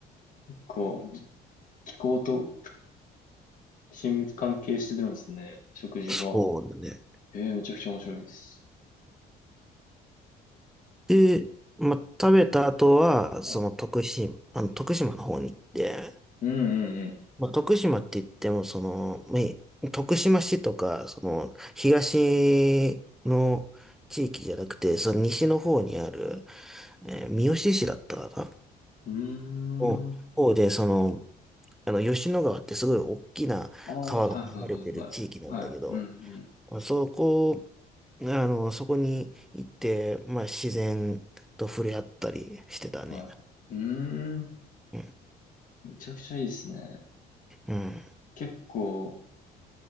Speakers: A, on the left (about 50°); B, in the centre.
A: 結構、じ気候と親密関係してるんですね。食事が。
B: そうだね。
A: ええめちゃくちゃ面白いです。
B: で、まあ、食べた後は、
A: はい
B: その徳島、あの、徳島の方に行って、
A: うんうん
B: まあ、徳島って言っても、その、まあ徳島市とか、その、東の地域じゃなくて、その西の方にある、えー三好市だったかな
A: うん。
B: の方で、
A: うーん。
B: その、あの、吉野川ってすごい大きな川が流れてる地域なんだけど、
A: ああ、はいはいはいはい。はい。うんう
B: まあそこ、あの、そこに行って、まあ、自然と触れ合ったりしてたね。
A: ん。はいはい。うーん。
B: うん
A: めちゃくちゃいいですね。
B: うん、
A: 結構、